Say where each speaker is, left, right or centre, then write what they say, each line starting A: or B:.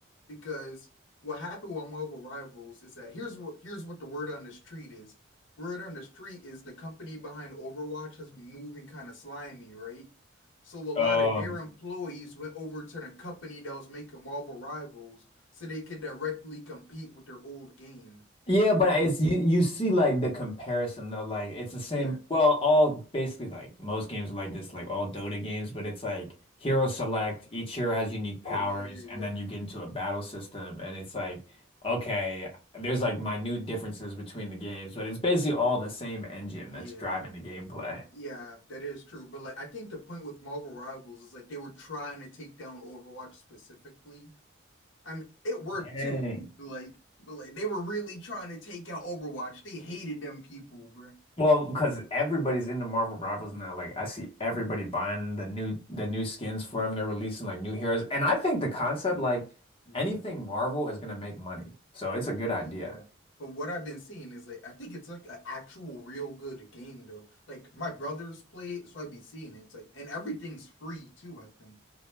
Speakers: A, on the left; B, on the left.
A: because what happened with Marvel Rivals is that here's what here's what the word on the street is. Word on the street is the company behind Overwatch has been moving kind of slimy, right? So a lot
B: Oh,
A: of their employees went over to the company that was making Marvel Rivals so they could directly compete with their old game.
B: Yeah, but it's you you see like the comparison though, like it's the same.
A: Yeah.
B: Well, all basically like most games are like this, like all Dota games, but it's like hero select, each hero has unique powers,
A: Oh yeah, yeah, yeah.
B: and then you get into a battle system, and it's like, okay, there's like minute differences between the games, but it's basically all the same engine
A: Yeah.
B: that's driving the gameplay.
A: Yeah, that is true. But like I think the point with Marvel Rivals is like they were trying to take down Overwatch specifically. I mean, it worked
B: Dang.
A: too. Like, but like they were really trying to take out Overwatch. They hated them people, bro.
B: Well, because everybody's into Marvel Rivals now. Like I see everybody buying the new the new skins for them. They're releasing like new heroes. And I think the concept, like
A: Yeah.
B: anything Marvel is gonna make money. So it's a good idea.
A: Yeah. But what I've been seeing is like I think it's like an actual real good game though. Like my brothers play it, so i be seeing it. It's like and everything's free too, I think.